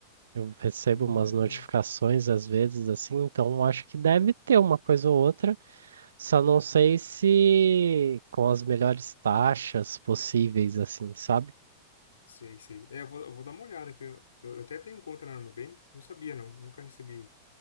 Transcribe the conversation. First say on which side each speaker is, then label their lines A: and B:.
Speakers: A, on the right; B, on the left.
A: Eu recebo
B: Hum,
A: umas notificações às vezes assim, então acho que deve ter uma coisa ou outra, só não sei se com as melhores taxas possíveis, assim, sabe?
B: sei, sei. É, eu vou, eu vou dar uma olhada, que eu, eu até tenho conta na Nubank, não sabia não, nunca recebi.